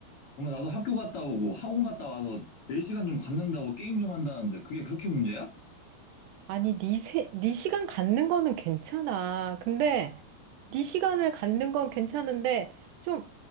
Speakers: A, on the left; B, on the right.
A: 엄마 나도 학교 갔다 오고 학원 갔다 와서 4시간 좀 갖는다고 게임 좀 한다는데 그게 그렇게 문제야?
B: 아니, 네 세, 네 시간 갖는 거는 괜찮아. 근데 네 시간을 갖는 건 괜찮은데 좀,